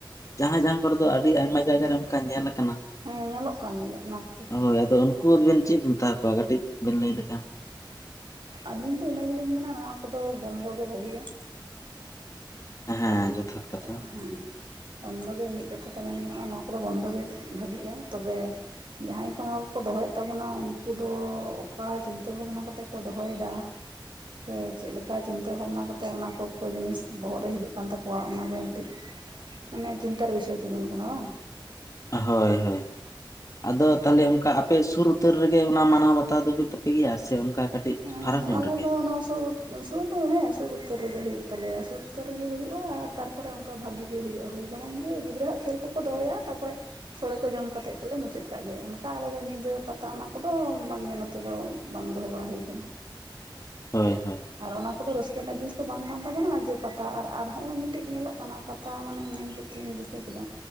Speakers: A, on the left; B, on the right.
A: ᱡᱟᱦᱟᱸ ᱡᱟᱸᱦᱟ ᱠᱚᱨᱮ ᱫᱚ ᱟᱹᱰᱤ ᱟᱭᱢᱟ ᱡᱟᱭᱜᱟᱨᱮ ᱚᱱᱠᱟ ᱧᱮᱞ ᱟᱠᱟᱱᱟ
B: ᱦᱮᱸ ᱧᱮᱞᱚᱜ ᱠᱟᱱ ᱜᱮᱭᱟ ᱚᱱᱟ ᱠᱷᱟᱹᱛᱤᱨ ᱜᱮ
A: ᱦᱳᱭ ᱟᱫᱚ ᱩᱱᱠᱩᱵᱤᱱ ᱪᱮᱫ ᱢᱮᱛᱟ ᱠᱚᱣᱟ ᱠᱟᱹᱴᱤᱡ ᱵᱮᱱ ᱞᱟᱹᱭ ᱞᱮᱠᱷᱟᱱ
B: ᱟᱹᱞᱤᱧ ᱫᱚ ᱤᱱᱟᱹ ᱜᱮᱞᱤᱧ ᱢᱮᱱᱟ ᱱᱚᱣᱟ ᱠᱚᱫᱚ ᱵᱚᱱᱫᱚ ᱜᱮ ᱵᱷᱟᱹᱜᱤᱜᱼᱟ
A: ᱦᱮᱸ
B: ᱠᱟᱨᱚᱱ
A: ᱡᱚᱛᱷᱟᱛ ᱠᱟᱛᱷᱟ
B: ᱦᱮᱸ ᱵᱚᱱᱫᱚ ᱜᱮ ᱢᱤᱫ ᱠᱟᱛᱷᱟ ᱛᱮ ᱢᱮᱱ ᱜᱟᱱᱚᱜᱼᱟ ᱱᱚᱣᱟ <inaudible> ᱠᱚᱫᱚ ᱵᱚᱱᱫᱚ ᱜᱮ ᱵᱷᱟᱹᱜᱤᱜᱼᱟ ᱛᱚᱵᱮ ᱡᱟᱦᱟᱸᱭ ᱠᱚ ᱱᱚᱣᱟ ᱠᱚᱠᱚ ᱫᱚᱦᱚᱭᱮᱫ ᱛᱟᱵᱚᱱᱟ ᱩᱱᱠᱩ ᱫᱚ ᱚᱠᱟ ᱪᱤᱱᱛᱟᱹ ᱵᱷᱟᱵᱽᱱᱟ ᱠᱟᱛᱮᱜ ᱠᱚ ᱫᱚᱦᱚᱭᱮᱫᱟ ᱥᱮ ᱪᱮᱫᱞᱮᱠᱟ ᱪᱤᱱᱛᱟᱹ ᱵᱷᱟᱵᱱᱟ ᱠᱟᱛᱮᱫ ᱚᱱᱟ ᱠᱚᱠᱚ ᱡᱤᱱᱤᱥ ᱵᱚᱦᱚᱜ ᱨᱮ ᱦᱤᱡᱩᱜ ᱠᱟᱱ ᱛᱟᱠᱚᱣᱟ ᱚᱱᱟᱜᱮ ᱢᱤᱫᱴᱤᱡ ᱢᱟᱱᱮ ᱪᱤᱱᱛᱟᱨ ᱵᱤᱥᱚᱭ ᱛᱤᱸᱜᱩᱱ ᱠᱟᱱᱟ ᱵᱟᱝ
A: ᱦᱳᱭ ᱦᱳᱭ ᱟᱫᱚ ᱛᱟᱦᱚᱞᱮ ᱚᱱᱠᱟ ᱚᱱᱠᱟ ᱟᱯᱮ ᱥᱩᱨ ᱩᱛᱟᱹᱨ ᱨᱮᱜᱮ ᱚᱱᱟ ᱢᱟᱱᱟᱣ ᱵᱟᱛᱟᱣ ᱫᱚ ᱦᱩᱭᱩᱜ ᱛᱟᱯᱮᱭᱟ ᱥᱮ ᱚᱱᱠᱟ ᱠᱟᱹᱴᱤᱡ
B: ᱦᱮᱸ
A: ᱯᱷᱟᱨᱟᱠ ᱧᱚᱜ
B: ᱟᱞᱮ
A: ᱨᱮᱜᱮ
B: ᱫᱚ ᱱᱚᱣᱟ ᱦᱮᱸ <inaudible> ᱩᱛᱛᱚᱨ ᱨᱮᱜᱮ ᱦᱩᱭᱩᱜ ᱛᱟᱞᱮᱭᱟ ᱥᱩᱨ ᱩᱛᱚᱨ ᱨᱮᱜᱮ ᱦᱩᱭᱩᱜᱼᱟ ᱟᱨ ᱛᱟᱨᱯᱚᱨᱮ ᱚᱱᱠᱟ ᱵᱷᱟᱜᱤ ᱜᱮ ᱦᱩᱭᱩᱜ ᱦᱩᱭ ᱵᱟᱲᱟᱭᱮᱱ ᱜᱮ ᱜᱤᱫᱽᱨᱟ ᱟᱜ ᱠᱷᱮᱞ ᱠᱚ ᱠᱚ ᱫᱚᱦᱚᱭᱟ ᱛᱟᱯᱚᱨᱮ ᱥᱳᱲᱮ ᱠᱚ ᱡᱚᱢ ᱠᱟᱛᱮ ᱜᱮᱞᱮ ᱢᱩᱪᱟᱹᱫ ᱠᱟᱜ ᱜᱮ ᱚᱱᱠᱟ ᱟᱞᱮᱫᱚ ᱧᱤᱫᱟᱹ ᱯᱟᱛᱟ ᱚᱱᱟ ᱠᱚᱫᱚ ᱵᱟᱝᱜᱮ ᱱᱚᱛᱮ ᱫᱚ ᱵᱟᱝ ᱫᱚᱦᱚ ᱵᱟᱲᱟ ᱦᱩᱭ ᱟᱠᱟᱱᱟ
A: ᱦᱳᱭ ᱦᱳᱭ
B: ᱟᱨ ᱚᱱᱟ ᱠᱚᱫᱚ ᱨᱟᱹᱥᱠᱟᱹ ᱨᱮᱱᱟᱜ ᱡᱤᱱᱤᱥ ᱫᱚ ᱵᱟᱝ ᱠᱟᱱ ᱛᱟᱵᱚᱱᱟ ᱡᱮ ᱯᱟᱛᱟ ᱯᱟᱛᱟ ᱟᱨ ᱦᱚᱸᱜᱼᱚᱭ ᱢᱤᱫᱴᱮᱡ ᱧᱮᱞᱚᱜ ᱠᱟᱱᱟ ᱯᱟᱛᱟ ᱢᱟᱱᱮ ᱢᱮᱱ ᱠᱮᱫ ᱛᱮᱧ ᱫᱤᱥᱟᱹ ᱠᱮᱫᱟ